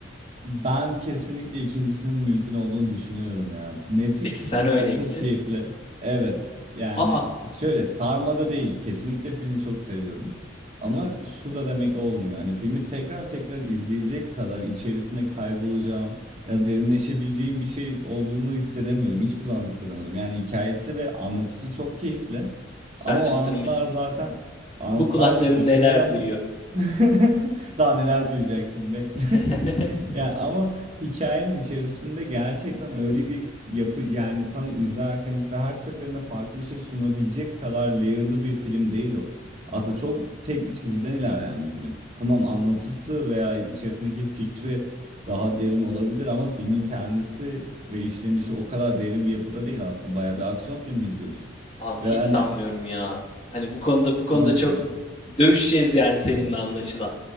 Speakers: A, on the right; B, on the left.
A: Ben kesinlikle ikincisinin mümkün olduğunu düşünüyorum ya. Matrix
B: Peki sen
A: mesela
B: öyle
A: çok
B: misin?
A: keyifli. Evet. Yani
B: Aa,
A: şöyle sarmada değil. Kesinlikle filmi çok seviyorum. Ama şu da demek olmuyor. Hani filmi tekrar tekrar izleyecek kadar içerisine kaybolacağım ya da derinleşebileceğim bir şey olduğunu hissedemiyorum. Hiçbir zaman hissedemedim. Yani hikayesi ve anlatısı çok keyifli.
B: sen
A: Ama
B: çıldırmışsın.
A: o anlatılar zaten anlatılar
B: Bu kulaklarım
A: ve fikirleri
B: neler
A: ama
B: duyuyor?
A: <laughs> daha neler duyacaksın bekle. <laughs>
B: <laughs>
A: Ya ama hikayenin içerisinde gerçekten öyle bir yapı yani sana izlerken işte her seferinde farklı bir şey sunabilecek kadar layer'lı bir film değil o. Aslında çok tek bir çizgiden ilerleyen bir film. Tamam anlatısı veya içerisindeki fikri daha derin olabilir ama filmin kendisi ve işlenişi o kadar derin bir yapıda değil aslında. Bayağı bir aksiyon filmi izliyorsun.
B: Abi
A: Ve
B: hiç
A: hani
B: sanmıyorum ya. Hani bu konuda bu konuda
A: nasıl
B: çok
A: yani?
B: dövüşeceğiz yani seninle anlaşılan.